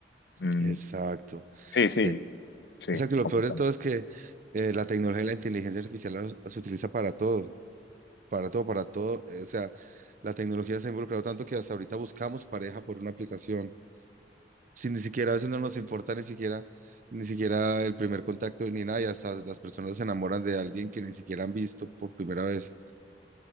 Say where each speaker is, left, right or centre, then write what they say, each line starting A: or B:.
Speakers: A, on the left; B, on the right.
A: Mm,
B: Exacto.
A: sí, sí,
B: Eh,
A: sí,
B: exacto, y
A: completamente.
B: lo peor de todo es que eh, la tecnología y la inteligencia artificial la- se utiliza para todo, para todo, para todo. Eh, o sea, la tecnología se ha involucrado tanto que hasta ahorita buscamos pareja por una aplicación. Si ni siquiera a veces no nos importa ni siquiera, ni siquiera el primer contacto ni nada, y hasta las personas se enamoran de alguien que ni siquiera han visto por primera vez.